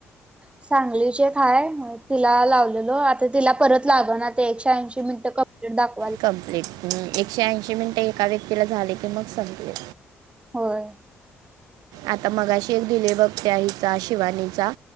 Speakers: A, on the right (about 15°); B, on the right (about 75°).
A: सांगली ची एक हाये म तिला लावलेलो ओ आता तिला परत लाग ना ते एकशे ऐंशी मिनटं कंप्लीट दाखव
B: कमप्लीट हूं एकशे ऐंशी मिनिटं एका व्यक्तीला झाले की मग संपले.
A: होय.
B: आता मगाशी एक दिले बगत्या हीचा शिवानीचा